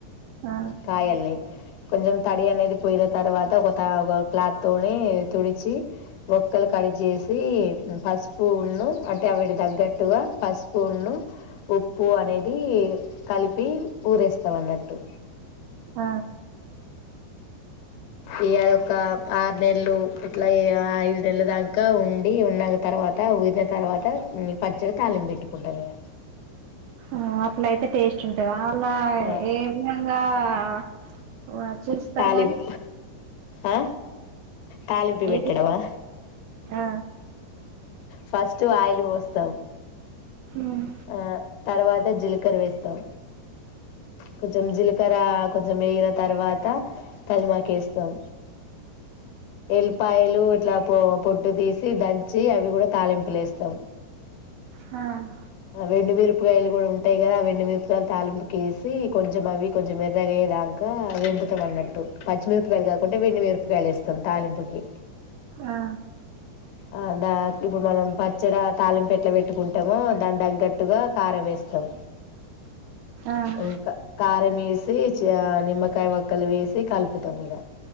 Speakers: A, on the right (about 75°); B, on the left (about 70°).
A: ఆ
B: కాయల్ని కొంచెం తడి అనేది పోయిన త్ తర్వాత ఒక తవ్ ఒక్ క్లాత్తోనే తుడిచి. ఓక్కలు కడిచేసి పసుపును అంటే అవిటి దగ్గట్టుగా పసుపును, ఉప్పు అనేది కలిపి ఊరేస్తాంన్నట్టు.
A: ఆ
B: ఇగ అదొక ఆరు నెల్లు, ఇట్లా ఏ ఐదు నెల్లా దాకా ఉండి. ఉన్న తర్వాత ఊర్న తర్వాత ఉమ్ ఈ పచ్చడి తాళింబెట్టుకుంటాం. ఇగా
A: ఆహ్ అట్లయితే టేస్ట్ ఉంటదా. అళ
B: ఆ
A: ఏ విధంగా <unintelligible> చేస్తారు
B: తాలింపు
A: మరి
B: ఆ తాలింపి
A: ఏ
B: పెట్టడమా
A: ఆ
B: ఫస్ట్ ఆయిలి పోస్తాం.
A: హ్మ్.
B: ఆ తర్వాత జీలకర్ర వేస్ తం కొంచం జీల్కర్ర కొంచం వేగిన తర్వాత తలిమాకు ఏస్తాం. ఎల్పాయలు ఇట్లా పో పొట్టు తీసి దంచి అవి గూడా తాళింపులేస్తాం.
A: హహ్
B: ఆ వెండుమిరపకాయలు గూడా ఉంటాయి కదా. ఆ వెండుమిరపకాయలు తాలింపుకి వేసి కొంచెం, అవి కొంచెం ఎర్రగా అయ్యే దాంకా వేపుతాం అన్నట్టు. పచ్చిమిరపకాయలు కాకుంటే వెండిమిరపకాయలు వేస్తాం. తాలింపుకి
A: ఆ
B: అ దా ఇప్పుడు మనం పచ్చడా తాలింప్ యేట్ల పెట్టుకుంటామో దాన్ దగ్గట్టుగా కారం వేస్తాం
A: ఆ
B: ఇంక కారమేసి చిగా నిమ్మకాయ ఓక్కలు వేసి కలుపుతాం ఇగ.